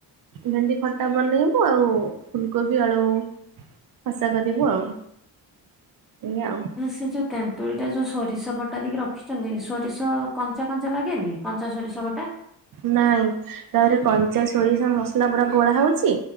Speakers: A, on the right; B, in the centre.
A: ଭେଣ୍ଡି ଖଟା ବନେଇବୁ ଆଉ ଫୁଲକୋବି ଆଳୁ କସା କରିବୁ ଆଉ। ଏଇଆ ଆଉ।
B: ସେ ଯୋଉ ତେନ୍ତୁଳି ଟା ଯୋଉ ସୋରିଷ ବଟା ଦେଇକି ରଖିଚନ୍ତି। ସୋରିଷ କଞ୍ଚା କଞ୍ଚା ଲାଗେନି? କଞ୍ଚା ସୋରିଷ ବଟା।
A: ନାଇଁ ତାପରେ କଞ୍ଚା ସୋରିଷ ମସଲା ପୁରା ଗୋଳା ହୋଉଚି।